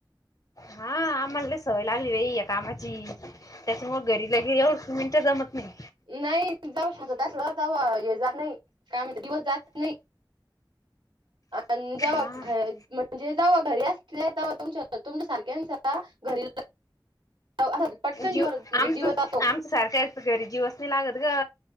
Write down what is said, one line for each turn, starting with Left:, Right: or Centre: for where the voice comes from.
Left: हा आमला सवय लागली रई या कामाची त्याच्यामुळ घरी लगे येऊ मिंट जमत नाही
Right: नाही जाव शत त्या जा हे जात नाही काय म्ह दिवस जात नाही अ जाऊ
Left: हा
Right: घर म्हणजे जव्हा घरी अस ते तमच्या सारख्या घरी असा पटकन
Left: जीव
Right: जीवर म्हणजे
Left: आमचं
Right: दिवस जातो
Left: आमच सारखा हल्प कररी जीवसनी लागत ग